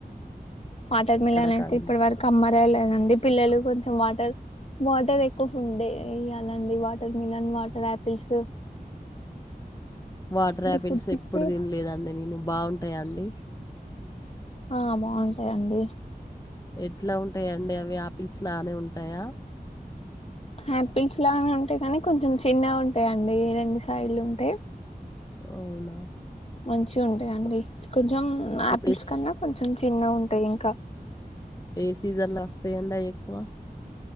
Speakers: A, on the left; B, on the left.
A: వాటర్
B: ఇక్కడ
A: మిలన్ అయితే
B: కం
A: ఇప్పటి వరకు అమ్మ లేదండి పిల్లలు కొంచెం వాటర్ వాటర్ ఎక్కువ ఫుడ్డే ఇయ్యాలండి watermelon water apples
B: water apples
A: foods
B: ఎప్పుడు
A: ఇస్తే
B: తినలేదండి నేను బాగుం బాగుంటాయా అండి
A: ఆ బాగుంటాయి అండి
B: ఎట్లా ఉంటాయండి అవి ఆపిల్స్ లానే ఉంటాయా
A: ఆపిల్స్ లానే ఉంటాయి కానీ కొంచెం చిన్నగా ఉంటాయండి రెండు సైడ్ లు ఉంటాయి
B: అవునా
A: మంచి గా ఉంటాయండి కొంచ్ కొంచెం ఆపిల్స్
B: ఎస్
A: కన్నా కొంచెం చిన్న ఉంటాయి ఇంకా
B: ఏ సీజన్లో వస్తాయండి అవి ఎక్కువ